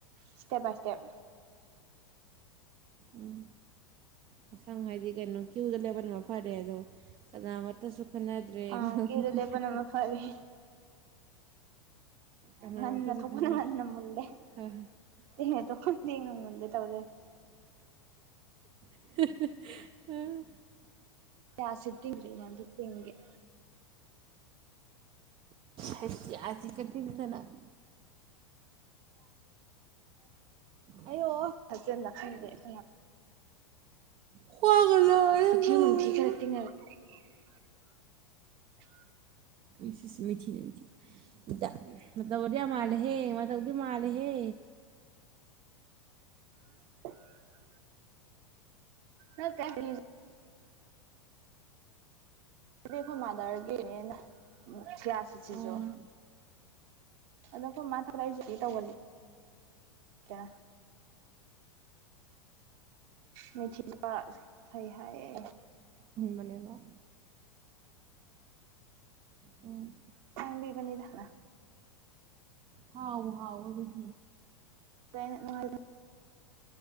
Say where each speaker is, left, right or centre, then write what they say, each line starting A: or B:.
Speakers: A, on the right; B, on the right.
A: ꯏꯁꯇꯦꯞ ꯕꯥꯏ ꯏꯁꯇꯦꯞ
B: ꯎꯝ ꯃꯁꯪ ꯍꯥꯏꯗꯤ ꯀꯩꯅꯣ ꯀ꯭ꯌꯨꯗ ꯂꯦꯞꯄꯅ ꯃꯐꯔꯦꯗꯣ ꯀꯅꯥꯃꯠꯇꯁꯨ ꯈꯟꯅꯗ꯭ꯔꯦꯅ
A: ꯑꯥ
B: <unintelligible>
A: ꯀ꯭ꯌꯨꯗ ꯂꯦꯞꯄꯅ <unintelligible> <inaudible>
B: ꯀꯅꯥꯃꯠꯇꯁꯨ
A: ꯉꯟꯅ ꯊꯣꯛꯄꯅ
B: ꯈꯟꯅꯗ꯭ꯔꯦ
A: ꯉꯟꯅ ꯃꯨꯜꯂꯦ
B: ꯍꯣꯏ
A: ꯑꯦ ꯍꯦ ꯗꯣ <inaudible> ꯇꯧꯔ ꯂꯦꯃꯦ
B: <unintelligible>
A: ꯌꯥꯁꯤ <unintelligible> <inaudible>
B: ꯍꯩꯁ ꯌꯥ ꯆꯤꯀ ꯇꯤꯡꯗꯅ <inaudible> ꯑꯩꯌꯣ
A: ꯍꯁꯦꯟ ꯂ ꯈꯪꯗꯦ <inaudible>
B: ꯈ꯭ꯋꯥꯡꯒ ꯅꯥꯔꯦ
A: ꯈꯨꯊꯤ
B: ꯇꯧꯔꯤꯁꯦ
A: ꯅꯨꯡꯊꯤ ꯈꯔ ꯇꯤꯡꯉꯒ <unintelligible>
B: ꯏꯁ ꯏꯁ ꯃꯤꯊꯤꯅꯦ ꯃꯤꯊꯤ ꯗꯥ ꯃꯇꯧꯒ ꯗꯤ ꯃꯥꯜꯂꯦꯍꯦ ꯃꯇꯧꯗꯤ ꯃꯥꯜꯂꯦꯍꯦ
A: <unintelligible> ꯅꯪ ꯀꯥꯏꯗ <inaudible> ꯁꯤꯗꯤ ꯃꯥꯗꯔ ꯗꯦꯅꯤꯅ ꯎꯝ ꯊꯤꯌꯥꯁꯤꯁꯤꯖꯨ
B: ꯑꯣ
A: ꯑꯗꯣ ꯑꯩꯈꯏ ꯃꯥ ꯊꯂꯛ <inaudible> ꯇꯧꯒꯜꯂꯤ ꯗ ꯃꯣꯏꯊꯤꯕ ꯐꯩ ꯍꯥꯏꯌꯦ
B: ꯅꯦꯕ ꯎꯝ
A: ꯇꯥꯡꯕꯤꯕꯅꯤꯗꯅ
B: ꯍꯥꯎꯕꯨ ꯍꯥꯎꯕ꯭ꯔꯥꯕ <inaudible>
A: ꯑꯩꯅ